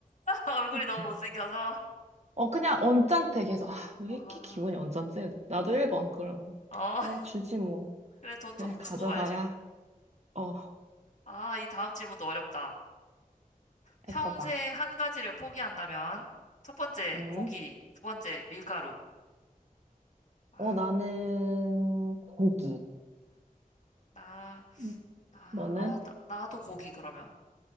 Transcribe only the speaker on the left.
<laughs> 얼굴이
너무 못생겨서.
아,
어.
<laughs>
그래, 돈
조금
주고 말지 뭐.
아, 이 다음 질문도 어렵다. 평생
한 가지를 포기한다면 첫 번째
고기, 두 번째 밀가루. 아,
나,
나,
아, 나, 나도 고기 그러면.